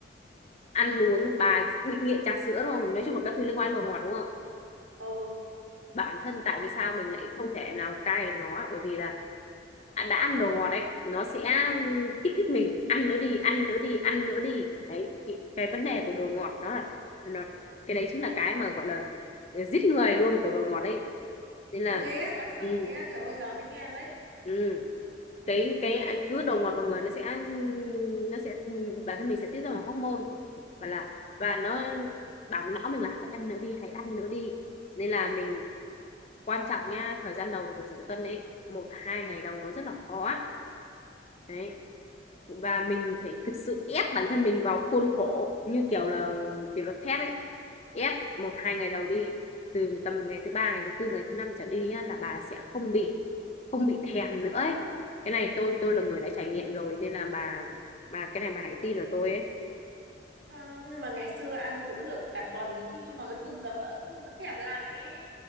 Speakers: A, on the left; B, on the right.
A: ăn uống bà bị nghiện trà sữa đúng không nói chung là các thứ liên quan đến đồ ngọt đúng không
B: ừ
A: bản thân tại vì sao mình lại không thể nào cai được nó bởi vì là à, đã ăn đồ ngọt đấy nó sẽ kích thích mình ăn nữa đi ăn nữa đi ăn nữa đi đấy cái, vấn đề của đồ ngọt đó là nó, cái đấy chính là cái mà gọi là giết người luôn của đồ ngọt đấy nên là
B: ôi thế á đáng sợ
A: ừ,
B: vậy á trời ơi giờ mới nghe đấy
A: ừ. cái cái anh cứ đầu ngọt vào người nó sẽ nó sẽ ừ, bản thân mình sẽ tiết ra một hormone và là và nó bảo não mình là hãy ăn nữa đi hãy ăn nữa đi nên là mình quan trọng nha thời gian đầu của việc giảm cân ấy một hai ngày đầu nó rất là khó á. đấy và mình phải thực sự ép bản thân mình vào khuôn khổ như kiểu là kỷ luật thép ấy ép một hai ngày đầu đi từ tầm ngày thứ ba ngày thứ tư ngày thứ năm trở đi nhá, là bà sẽ không bị không bị thèm nữa ấy cái này tôi tôi là người đã trải nghiệm rồi nên là bà bà cái này bà hãy tin vào tôi ấy
B: Ờ, nhưng mà ngày xưa ăn cũng được cả tuần đấy chứ nhưng mà cái cùng giờ vẫn cũng vẫn thèm lại ấy